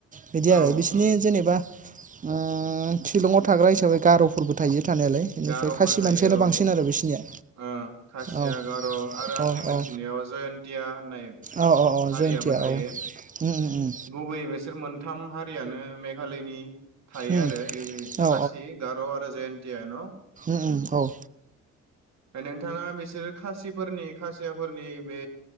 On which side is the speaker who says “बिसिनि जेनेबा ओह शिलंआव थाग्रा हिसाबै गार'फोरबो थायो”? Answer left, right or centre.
Right